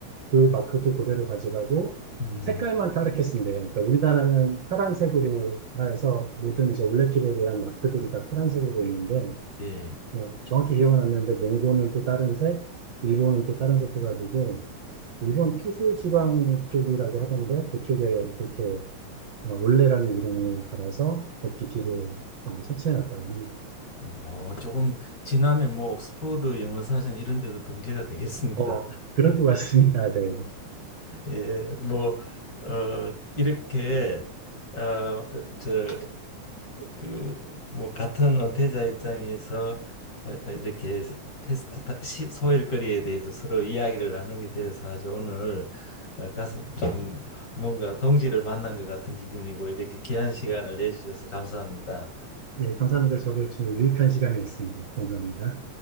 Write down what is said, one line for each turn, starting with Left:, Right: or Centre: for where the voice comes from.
Right: 그 마크도 그대로 가져가고
Left: 음,
Right: 색깔만 다르게 쓴대요. 그러니까 우리나라는 파란색으로 해서 모든 이제 올레길에 대한 마크들이 다 파란색으로 보이는데
Left: 예.
Right: 어, 정확히 기억은 안 나는데 몽고는 또 다른 색, 일본은 또 다른 색 해가지고 일본 큐슈 지방 쪽이라고 하던데 그쪽에 그렇게 어, 올레라는 이름을 갈아서 걷기 길을 어, 설치해 놨다고 합니다.
Left: 뭐, 조금 지나면 뭐, 옥스퍼드 영어 사전 이런 데도 등재가 되겠습니다.
Right: 어, 그럴 것 같습니다. 네.
Left: <laughs> 예, 뭐, 어, 이렇게, 어, 저, 그 뭐 같은 은퇴자 입장에서 어, 어, 이렇게 패스트 타- 시- 소일거리에 대해서 서로 이야기를 나누게 되어서 아주 오늘 어, 가슴 좀 뭔가 동지를 만난 것 같은 기분이고 이렇게 귀한 시간을 내주셔서 감사합니다.
Right: 예, 감사합니다. 저도 좀 유익한 시간이었습니다. 감사합니다.